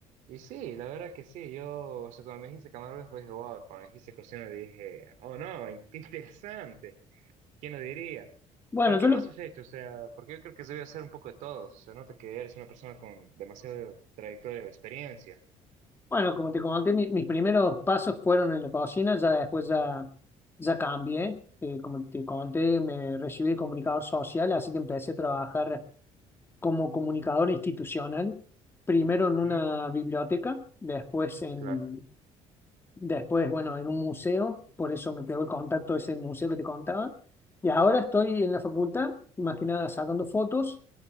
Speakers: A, on the right; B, on the left.
A: Y sí, la verdad que sí, yo, o sea, cuando me dijiste camarógrafo, dije, wow, cuando me dijiste cocina, dije, oh no, qué interesante, ¿quién lo diría?
B: Bueno,
A: Pero
B: yo
A: ¿qué más
B: lo,
A: has hecho? O sea, porque yo creo que se debe hacer un poco de todo, se nota que eres una persona con demasiado trayectoria o experiencia.
B: Bueno, como te comenté, mi- mis primeros pasos fueron en la cocina, ya después ya, ya cambié. Eh, como te conté, me recibí de comunicador social, así que empecé a trabajar como comunicador institucional, primero en
A: Ujú,
B: una biblioteca, después en,
A: Claro,
B: después, bueno, en un museo, por eso me quedó el contacto de ese museo que te contaba. Y ahora estoy en la facultad, más que nada sacando fotos